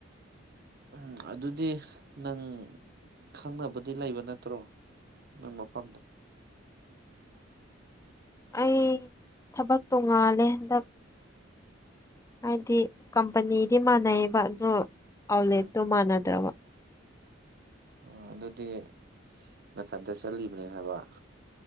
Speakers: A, on the right (about 55°); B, on the left (about 15°).
A: ꯎꯝ ꯑꯗꯨꯗꯤ ꯅꯪ ꯈꯪꯅꯕꯗꯤ ꯂꯩꯕ ꯅꯠꯇ꯭ꯔꯣ ꯎ ꯃꯐꯝꯐꯝꯗ
B: ꯑꯩ ꯊꯕꯛ ꯇꯣꯉꯥꯜꯂꯦ ꯍꯟꯗꯛ ꯍꯥꯏꯗꯤ ꯀꯝꯄꯅꯤꯗꯤ ꯃꯥꯟꯅꯩꯑꯕ ꯑꯗꯨꯣ ꯑꯥꯎꯠꯂꯦꯠꯇꯣ
A: ꯎꯝ
B: ꯃꯥꯟꯅꯗ꯭ꯔꯕ
A: ꯑꯣ ꯑꯗꯨꯗꯤ ꯃꯊꯟꯇ ꯆꯠꯂꯤꯕꯅꯦ ꯍꯥꯏꯕ